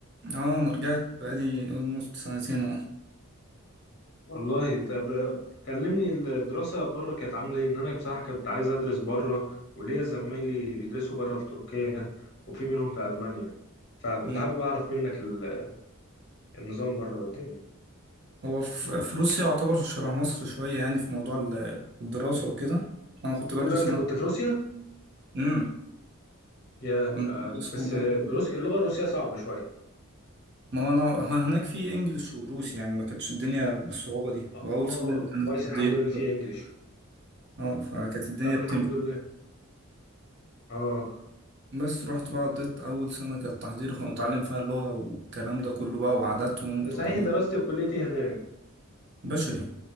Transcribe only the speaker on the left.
والله طب كلمني الدراسة بره كانت عاملة ايه ان انا بصراحة كنت عايز ادرس بره وليا زمايلي بيدرسوا بره في تركيا وفي منهم في المانيا فكنت
حابب اعرف منك ال- النظام بره والدنيا
ايه ده انت
كنت في روسيا
يا ده-
بس
روسيا اللغة الروسية صعبة شوية
اه
كويس
الحمد لله ان في انجليش
طب
الحمد لله اه
صحيح دراستي في كليتي هناك